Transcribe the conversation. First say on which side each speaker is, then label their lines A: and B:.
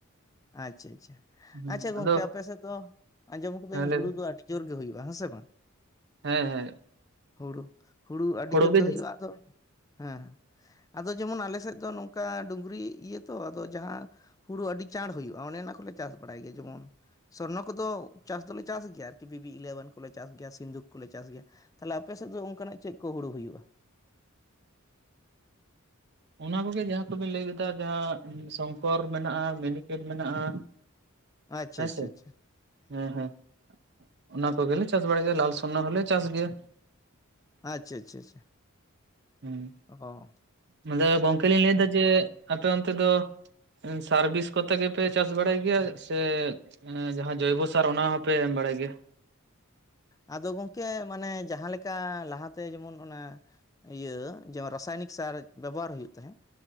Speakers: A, on the left; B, on the right.
A: ᱟᱪᱪᱷᱟ ᱟᱪᱪᱷᱟ᱾
B: ᱦᱩᱸ
A: ᱟᱪᱪᱷᱟ ᱜᱚᱢᱠᱮ
B: ᱟᱫᱚ
A: ᱟᱯᱮ ᱥᱮᱫ ᱫᱚ ᱟᱸᱡᱚᱢ ᱟᱠᱟᱫᱟ.
B: ᱦᱮᱸ
A: ᱧ
B: ᱞᱟᱹᱭ
A: ᱦᱩᱲᱩ
B: ᱵᱤᱱ
A: ᱫᱚ ᱟᱹᱰᱤ ᱡᱳᱨ ᱜᱮ ᱦᱩᱭᱩᱜᱼᱟ ᱦᱮᱸ ᱥᱮ ᱵᱟᱝ
B: ᱦᱮᱸ ᱦᱮᱸ
A: ᱦᱩᱲᱩ ᱦᱩᱲᱩ ᱟᱹᱰᱤ
B: ᱦᱳᱲᱳ
A: ᱡᱳᱨ ᱜᱮ
B: ᱡᱟᱹᱥᱛᱤ
A: ᱦᱩᱭᱩᱜᱼᱟ ᱟᱫᱚ᱾ ᱦᱮᱸᱸ ᱟᱫᱚ ᱡᱮᱢᱚᱱ ᱟᱞᱮ ᱥᱮᱫ ᱫᱚ ᱱᱚᱝᱠᱟ ᱰᱩ ᱜᱩᱨᱤᱡ ᱤᱭᱟᱹ ᱛᱚ ᱟᱫᱚ ᱡᱟᱦᱟᱸ ᱦᱩᱲᱩ ᱟᱹᱰᱤ ᱪᱟᱬ ᱦᱩᱭᱩᱜᱼᱟ ᱚᱱᱮ ᱚᱱᱟ ᱠᱚᱞᱮ ᱪᱟᱥ ᱵᱟᱲᱟᱭ ᱜᱮᱭᱟ ᱡᱮᱢᱚᱱ᱾ ᱥᱚᱨᱱᱚ ᱠᱚᱫᱚ ᱪᱟᱥ ᱫᱚᱞᱮ ᱪᱟᱥ ᱜᱮᱭᱟ ᱟᱨᱠᱤ ᱵᱤᱵᱤ ᱤᱞᱮᱵᱷᱮᱱ ᱠᱚᱞᱮ ᱪᱟᱥ ᱜᱮᱭᱟ ᱥᱤᱱᱫᱩᱠ ᱠᱚᱞᱮ ᱪᱟᱥ ᱜᱮᱭᱟ ᱛᱟᱦᱚᱞᱮ ᱟᱯᱮ ᱥᱮᱫ ᱫᱚ ᱚᱱᱠᱟᱱᱟᱜ ᱪᱮᱫ ᱠᱚ ᱦᱩᱲᱩ ᱦᱩᱭᱩᱜᱼᱟ?
B: ᱚᱱᱟ ᱠᱚᱜᱮ ᱡᱟᱦᱟᱸ ᱠᱚᱵᱤᱱ ᱞᱟᱹᱭ ᱠᱮᱫᱟ ᱡᱟᱦᱟᱸ ᱥᱚᱝᱠᱚᱨ ᱢᱮᱱᱟᱜᱼᱟ ᱢᱤᱱᱤᱯᱮᱠ ᱢᱮᱱᱟᱜᱼᱟ
A: ᱟᱪᱪᱷᱟ
B: ᱦᱮᱸ
A: ᱟᱪᱪᱷᱟ
B: ᱥᱮ
A: ᱟᱪᱪᱷᱟ
B: ᱦᱮᱸ ᱦᱮᱸ ᱚᱱᱟ ᱠᱚᱜᱮᱞᱮ ᱪᱟᱥ ᱵᱟᱲᱟᱭ ᱜᱮᱭᱟ ᱞᱟᱞ ᱥᱚᱨᱱᱚ ᱦᱚᱞᱮ ᱪᱟᱥ ᱜᱮᱭᱟ᱾
A: ᱟᱪᱪᱷᱟ ᱟᱪᱪᱷᱟ ᱟᱪᱪᱷᱟ᱾
B: ᱦᱩᱸ
A: ᱚᱻ
B: ᱢᱟᱫᱚ ᱜᱚᱝᱠᱮ ᱞᱤᱧ ᱞᱟᱹᱭ ᱮᱫᱟ ᱡᱮ ᱟᱯᱮ ᱚᱱᱛᱮ ᱫᱚ ᱥᱟᱨᱵᱷᱤᱥ ᱠᱚᱛᱮ ᱜᱮᱯᱮ ᱪᱟᱥ ᱵᱟᱲᱟᱭ ᱜᱮᱭᱟ ᱥᱮ ᱡᱟᱦᱟᱸ ᱡᱚᱭᱵᱳᱥᱟᱨ ᱚᱱᱟ ᱦᱚᱸᱯᱮ ᱮᱢ ᱵᱟᱲᱟᱭ ᱜᱮᱭᱟ᱾
A: ᱟᱫᱚ ᱜᱚᱢᱠᱮ ᱢᱟᱱᱮ ᱡᱟᱦᱟᱸ ᱞᱮᱠᱟ ᱞᱟᱦᱟᱛᱮ ᱡᱮᱢᱚᱱ ᱚᱱᱟ ᱤᱭᱟᱹ ᱡᱮᱢᱚᱱ ᱨᱟᱥᱟᱭᱱᱤᱠ ᱥᱟᱨ ᱵᱮᱵᱚᱦᱟᱨ ᱦᱩᱭᱩᱜ ᱛᱟᱦᱮᱸᱫ